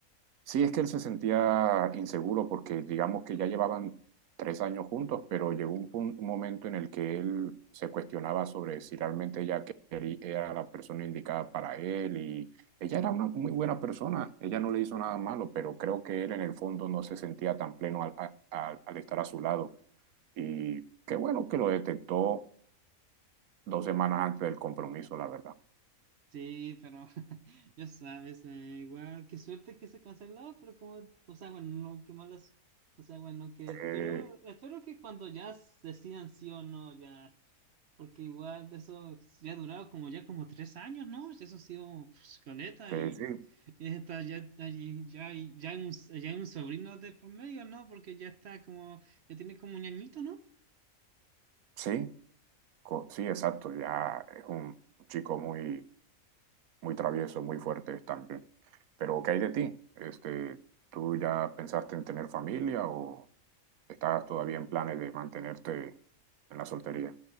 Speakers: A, on the right (about 80°); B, on the right (about 60°).
A: Sí, es que él se sentía inseguro porque digamos que ya llevaban tres años juntos, pero llegó un, pun- un momento en el que él se cuestionaba sobre si realmente ella que- querí- era la persona indicada para él y ella era una muy buena persona, ella no le hizo nada malo, pero creo que él en el fondo no se sentía tan pleno al, a- a- al estar a su lado y qué bueno que lo detectó dos semanas antes del compromiso, la verdad.
B: Sí, pero <laughs> ya sabes, eh, igual, qué suerte que se canceló, pero como, o sea, bueno, no, qué malas, o sea, bueno, que
A: Eh,
B: espero, espero que cuando ya s- decidan sí o no, ya. Porque igual de eso ya ha durado como ya como tres años, ¿no? Eso ha sido pues, caleta
A: Sí,
B: y,
A: sí.
B: y está ya, está allí- ya, hay- ya, hay un, ya hay un sobrino de por medio, ¿no? Porque ya está como, ya tiene como un añito, ¿no?
A: sí, co- sí, exacto, ya es un chico muy muy traviesos, muy fuertes también. Pero, ¿qué hay de ti? Este, ¿tú ya pensaste en tener familia o estás todavía en planes de mantenerte en la soltería?